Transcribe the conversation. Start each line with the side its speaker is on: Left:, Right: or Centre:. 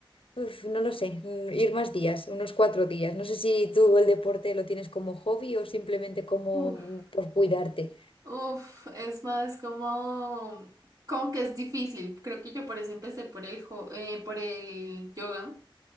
Left: uf, no lo sé, mm, ir más días, unos cuatro días. No sé si tú el deporte lo tienes como hobby o simplemente como
Right: Uf.
Left: mm, por cuidarte.
Right: Uf, es más como, como que es difícil. Creo que yo por eso empecé por el, jo- eh, por el yoga.